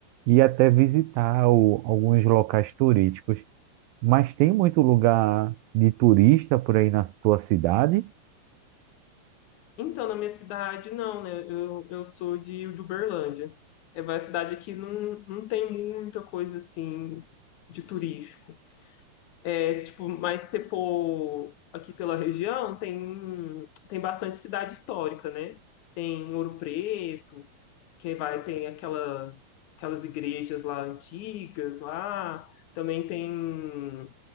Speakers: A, on the right (about 75°); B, on the left (about 85°).
A: E até visitar o- alguns locais turísticos. Mas tem muito lugar de turista por aí na tua cidade?
B: Então, na minha cidade, não, né? Eu, eu sou de, de Uberlândia. É uma cidade que não, não tem muita coisa assim de turístico. É, se, tipo, mas se você for aqui pela região, tem, tem bastante cidade histórica, né? Tem Ouro Preto, que vai, tem aquelas, aquelas igrejas lá antigas lá. Também tem